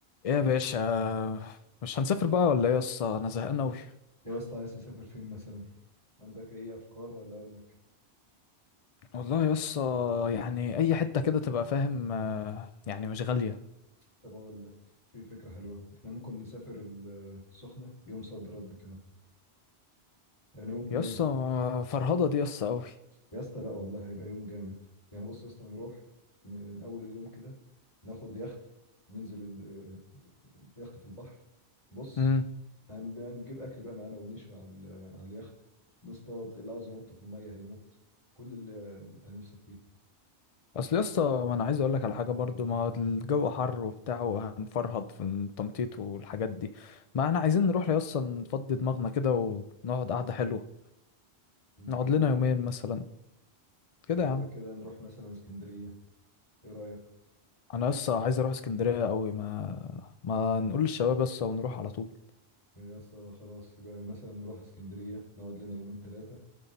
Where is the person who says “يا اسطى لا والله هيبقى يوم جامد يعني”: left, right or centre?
Left